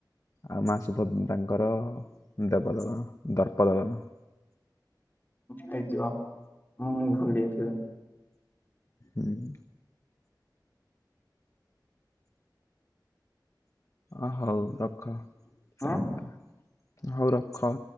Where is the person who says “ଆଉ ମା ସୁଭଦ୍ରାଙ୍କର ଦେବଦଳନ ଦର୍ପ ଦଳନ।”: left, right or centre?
Left